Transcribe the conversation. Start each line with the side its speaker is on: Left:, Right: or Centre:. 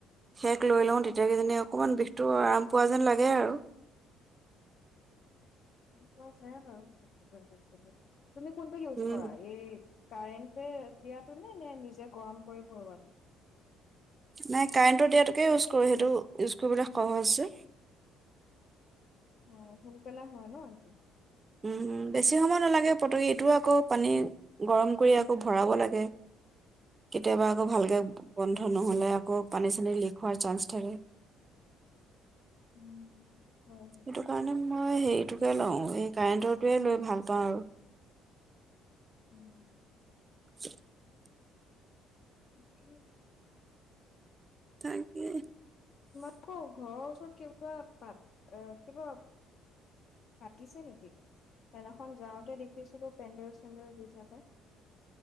Right: সেক লৈ লওঁ তেতিয়া কিজানি অকণমান বিষটো আৰাম পোৱা যেন লাগে আৰু।
Left: কৰা যাই বাৰু <unintelligible> তুমি কোনটো ইউজ
Right: উম
Left: কৰা, এই কাৰেণ্টে দিয়াটো নে, নে নিজে গৰম কৰি ভৰোৱাটো?
Right: নাই কাৰেণ্টত দিয়াতোকে ইউজ কৰোঁ, সেইটো ইউজ কৰিবলৈ সহজ যে।
Left: অ' সোনকালে হয় ন, এইটো?
Right: উম, বেছি সময় নালাগে <unintelligible> এইটোও আকৌ পানী গৰম কৰি আকৌ ভৰাব লাগে। কেতিয়াবা আকৌ ভালকে
Left: উম
Right: বন নহ'লে আকৌ পানী ছানি লিক হোৱাৰ চান্স থাকে।
Left: উম হয় হয়
Right: সেইটো কাৰণে মই হে সেইটোকে লও কাৰেণ্টৰটোৱে লৈ ভাল পাওঁ আৰু
Left: উম
Right: <inaudible>
Left: তাকে
Right: তাকে।
Left: আকৌ ঘৰৰ ওচৰত কিবা <unintelligible> কিবা পাতিছে নেকি? সেইদিনাখন যাওঁতে দেখিছিলোঁ পেণ্ডেল-চেণ্ডেল দি থকা।